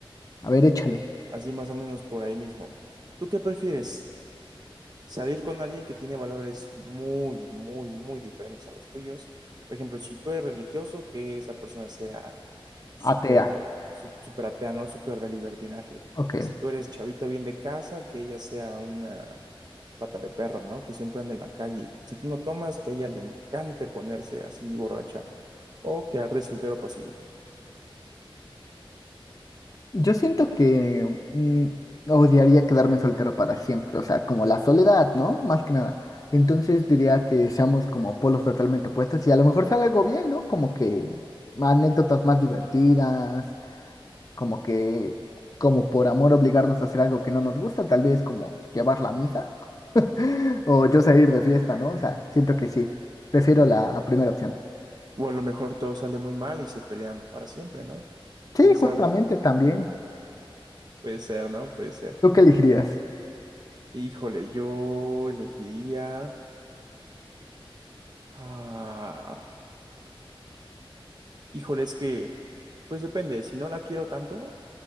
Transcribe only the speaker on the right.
así más o menos por ahí mismo. ¿Tú qué prefieres? Salir con alguien que tiene valores muy, muy, muy diferentes a los tuyos. Por ejemplo, si tú eres religioso, que esa persona sea súper,
sú- súper atea, ¿no? Súper de libertinaje.
Si tú eres chavito bien de casa, que ella sea una pata de perro, ¿no? Que siempre anda en la calle. Si tú no tomas, que a ella le encante ponerse así borracha o quedar de soltero para siempre.
O a lo mejor todo sale muy mal y se pelean para siempre, ¿no?
¿Quién
sabe?
Puede ser, ¿no? Puede ser.
Híjole, yo elegiría... Ah, híjole, es que, pues depende, si no la quiero tanto,